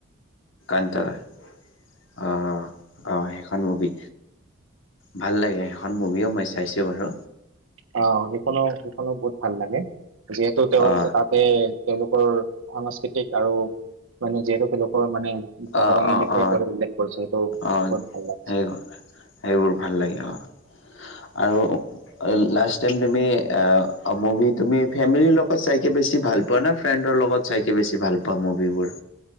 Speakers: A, on the left; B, on the right.
A: ইণ্টাৰা অহ-অহ, অহ সেইখন মুভি ভাল লাগে সেইখন মুভিও মই চাইছোঁ বাৰু।
B: অ' সেইখনো সেইখনো বহুত লাগে যিহেতু তেওঁলোকে
A: অ
B: তাতে তেওঁলোকৰ সাংস্কৃতিক আৰু মানে যিহেতু তেওঁলোকৰ মানে ভগৱানৰ
A: অ-অ-অ,
B: বিষয়ে কৈ উল্লেখ কৰিছে সেইটো
A: অ
B: বহুত ভাল লাগিছে।
A: সেই-সেইবোৰ ভাল লাগে অহ। আৰু লাষ্ট টাইম তুমি অ অ মুভি তুমি ফেমিলিৰ লগত চাইকে বেছি ভাল পোৱা না ফ্ৰেণ্ডৰ লগত চাইকে বেছি ভাল পোৱা মুভিবোৰ?